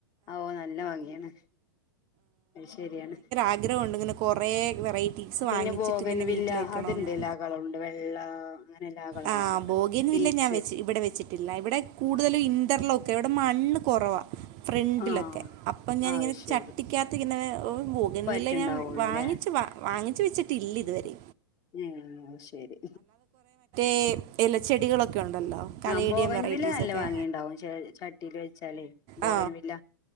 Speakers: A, on the left; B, on the right.
A: ഓഹ് നല്ല ഭംഗിയാണ് അത് ശരിയാണ്
B: ആഗ്രഹണ്ട് ഇങ്ങനെ കുറേ വെറൈറ്റീസ്
A: പിന്നെ
B: വാങ്ങിച്ചിട്ട്
A: ബോഗൻ
B: ഇങ്ങനെ
A: വില്ല
B: വീട്ടിൽ വെക്കണമെന്ന്
A: അത്ണ്ട് എല്ലാ കളറുണ്ട് വെള്ള എല്ലാ കളേഴ്സും
B: ആഹ്
A: ഉണ്ട്
B: ബോഗിയൻ
A: പീച്ച്
B: വില്ല ഞാൻ വെച് ഇവിടെ വെച്ചിട്ടില്ല ഇവിടെ കൂടുതലും ഇന്റർലോക്ക് ക്കെ ഇവിടെ മണ്ണ് കുറവാ ഫ്രണ്ടിലൊക്കെ
A: ആഹ്
B: അപ്പം ഞാനിങ്ങനെ
A: ആഹ് അത് ശരി
B: ചട്ടിക്കാത്ത് ഇങ്ങനെ ബോഗെൻ
A: പറ്റുണ്ടാവുള്ളൂല്ലേ
B: വില്ല ഞാൻ വാങ്ങിച്ചു വാങ്ങിച്ചു വെച്ചിട്ടില്ല ഇതുവരെ
A: പിന്നെ അയ് ശരി
B: ഏഹ് ഇലച്ചെടികളൊക്കെ ഉണ്ടല്ലോ കലേഡിയം
A: ആഹ ബോഗൈൻ
B: വെറൈറ്റീസൊക്കെ
A: വില്ല നല്ല ഭംഗിണ്ടാവും ച ചട്ടിൽ വെച്ചാല് ബോഗൈൻ
B: ആ
A: വില്ല